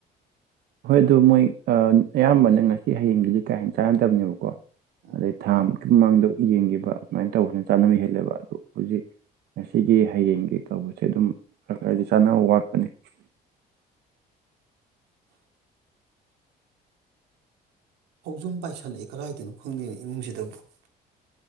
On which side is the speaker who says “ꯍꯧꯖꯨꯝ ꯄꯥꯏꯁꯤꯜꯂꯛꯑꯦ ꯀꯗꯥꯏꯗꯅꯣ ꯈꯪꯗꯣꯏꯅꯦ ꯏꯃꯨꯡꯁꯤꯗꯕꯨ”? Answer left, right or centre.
Right